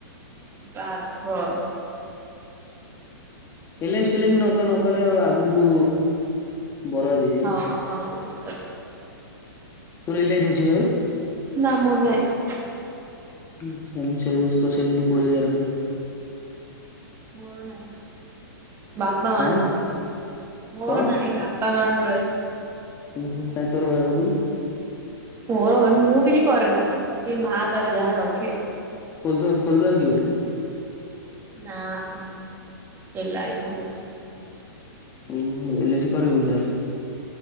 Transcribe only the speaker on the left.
ଏଲ ଆଇ ସି ଫେଲାଇସି ନ କଲେ ଆଉ ଆଗୁକୁ ବରବାଦ୍ ହେଇଯିବି।
ତୋର ଏଲ୍ ଆଇ ସି ଅଛି ପା ବେ?
ମୁଁ ସେଭିଙ୍ଗ୍ -ସେଭିଙ୍ଗସ୍ କରିସାରିଲିଣି କୋଡିଏ ହଜାର ଖଣ୍ଡେ।
ଆଁ
କଣ
ଓ ହୋ କାଁଇ ତୋର ବାହାର କରି ଦଉନୁ?
ଖୋଲ୍ ଦବା -ଖୋଲିଦବା କି ଗୋଟେ?
ଓ ହୁ ଏଲ ଆଇ ସି କରିବୁନି ତାହେଲେ?